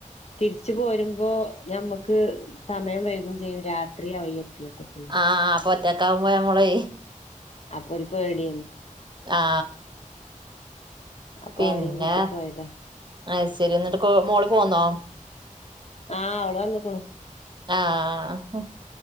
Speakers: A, on the left; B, on the right.
A: തിരിച്ച് തിരിച്ചു പോരുമ്പോ ഞമ്മുക്ക് സമയം വൈകും ചെയ്യും രാത്രി ആയി എത്തിയപ്പോത്തിന്
B: ആഹ് അപ്പൊറ്റക്കാവുമ്പോ നമ്മളേ
A: അപ്പൊ ഒരു പേടി ആയിരുന്നു
B: ആ
A: അപ്പൊ
B: പിന്നെ
A: അവരേം കൂട്ടി പോയതാ
B: അത് ശരി എന്നിട്ട് മോള് പോന്നോ
A: ആ അവള് വന്നക്കണു
B: ആ ആ ഹ്